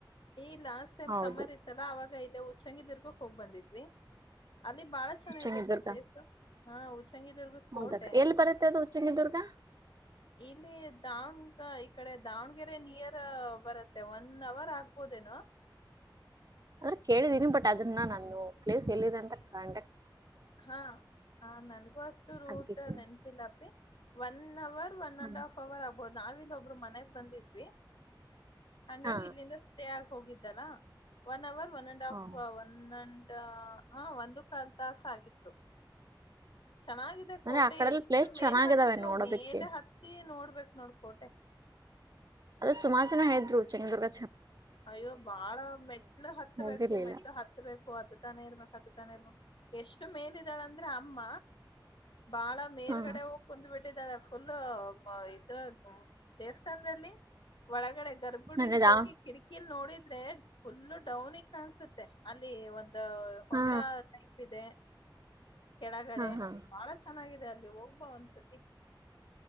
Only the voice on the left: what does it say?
ಈ ಲಾಸ್ಟ್ ಟೈಮ್
ಸಮಮ್ಮರ್ ಇತ್ತಲ್ಲ ಅವಾಗ ಇಲ್ಲ ಹುಚ್ಚಂಗಿದದುರ್ಗಕ್ ಹೋಗ್ ಬಂದಿದ್ವಿ ಅಲ್ಲಿ ಬಾಳ ಚೆನ್ನ
ಅ ಪ್ಲೇಸ್ ಹಾ ಹಚಂಗಿಿದದುರ್ಗ
ಕೋರ್ಟೆ
ಇಲ್ಲಿ ದಾವನ್ ಈ ಕಡೆ ದಾವಣಗೆರೆ ನಿಯರ್ ಬರತ್ತೆ ಒನ್ ಅವರ್ ಆಗ್ಬೋದೇನ
ಹಾ ನನಗೂ ಅಷ್ಟು ರೂಟ್
ನೆನಪಿಲ್ಲಪಿ one hour one
and half hour ಆಗ್ಬಹದು ನಾವಿಂದ ಒಬ್ರು ಮನೆಗ್ ಬಂದಿದ್ವಿ ಹಂಗಾಗಿ
ಇಲ್ಲಿಂದ ಸ್ಟೇ ಆಗ ಹೋಗಿದ್ದಲ್ಲ ಒನ್ ಅವರ್ ಒ ಅಂಡ್ ಆಫ್
ಒಂದಂಡ್ ಹ ಒಂದು ಕಲ್ ತಾಸ ಆಗಿತ್ತು ಚೆನ್ನಾಗಿದೆ
ಕೋಟೆ
ಎಷ್ಟು
ಮೇಲೆ ಹತ್ತತಿವ
ಮೇಲೆ ಹತ್ತಿ ನೋಡ್ಬ ಹಬೇಕ ನೋಡ್ಕೋಟೆ
ಅಯ್ಯೋ ಬಾಳ ಮೆಟ್ಲು ಹತ್ತಬೇಕು
ಮೆಟ್ಲು ಹತ್ಬೇಕು ಅದ ತಾನೇ ಇರ್ಬೇಕ ಎಷ್ಟು ಮೇಲಿದಾಳ ಅಂದ್ರೆ ಅಮ್ಮ ಬಾಳ ಮೇಲ್ಗಡೆ
ಹೋಗ್ ಕುಂದ್ ಬಿಟ್ಟಿದ್ದಾಳೆ ಫುಲ್ ಇದ್ರ ದೇವಸ್ಥಾನದಲ್ಲಿ ಒಳಗಡೆ ಗರ್ಭುಡಿಲಿ
ಹೋಗಿ ಕಿಲ್ ನೋಡಿದ್ರೆ ಫುಲ್ಲು ಡೌನಿಗೆ ಕಾಣಸುತ್ತೆ ಅಲ್ಲಿ ಒಂದು ಅ ಹೊಂಡಾ
ಟೈಪ್ ಇದೆ ಕೆಳಗಡೆ
ಬಾಳ ಚೆನ್ನಾಗಿದೆ ಅಲ್ಲಿ ಹೋಗ್ಬಾ ಒಂದ್ಸತಿ